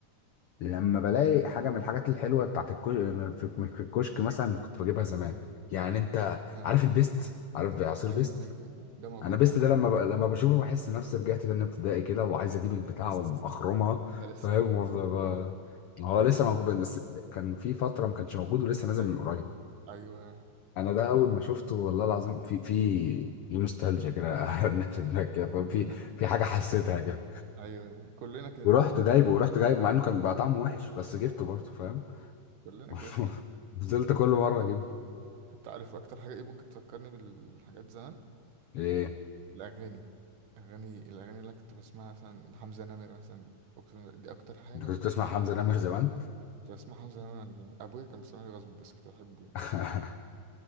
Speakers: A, on the left; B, on the right.
A: لما بلاقي حاجه من الحاجات الحلوه بتاعت الكو... في في الكشك مثلا كنت بجيبها زمان يعني انت
B: آه
A: عارف البيست عارف عصير
B: أيوه
A: بيست
B: أيوه أيوه ده موجود
A: انا بيست
B: عامة
A: ده لما ب... لما بشوفه بحس نفسي رجعت تاني ابتدائي كده وعايز اجيب البتاعه
B: <laughs>
A: واخرمها
B: ده لسه
A: فاهم
B: موجود
A: وافضل بقى-
B: خلي بالك
A: ما هو لسه موجود بس كان في فتره ما كانش موجود ولسه نازل
B: أيوه
A: من قريب
B: أيوه أيوه
A: انا ده اول ما شفته والله العظيم في في في نوستالجيا كده <laughs> رنت في دماغي كده فاهم؟ في
B: <laughs>
A: في حاجه حسيتها كده
B: أيوه كلنا كده
A: ورحت
B: والله
A: جايبه ورحت جايبه مع انه كان بقى طعمه وحش بس جبته برضه
B: أيوه.
A: فاهم
B: كلنا
A: <laughs>
B: كده
A: فضلت كل مره اجيب
B: انت عارف اكتر حاجه ايه ممكن تفكرني بالحاجات زمان
A: ايه
B: الاغاني اغاني الاغاني اللي أنا كنت بسمعها مثلا حمزه نمر مثلا أقسم بالله دي اكتر حاجه
A: انت كنت
B: ممكن
A: بتسمع
B: تكلمني
A: حمزه نمر زمان
B: كنت بسمع حمزه نمر وأنا زمان. ابويا كان بيسمعني غصب بس كنت بحبه يعني
A: <laughs>